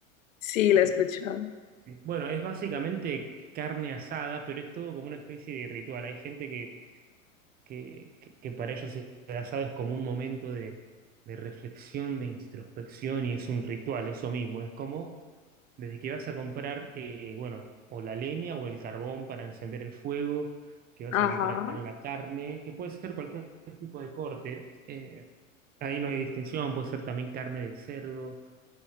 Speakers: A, on the left; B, on the right.
A: Sí,
B: Eh,
A: la he escuchado.
B: sí. bueno, es básicamente carne asada, pero es todo como una especie de ritual. Hay gente que, que, que- que para ellos el asado es como un momento de, de reflexión, de introspección, y es un ritual, eso mismo, es como Desde que vas a comprar, eh, bueno, o la leña o el carbón para encender el fuego, que vas
A: Ajá.
B: a comprar la carne, que puede ser cualquier tipo de corte. eh, ahí no hay distinción, puede ser también carne de cerdo,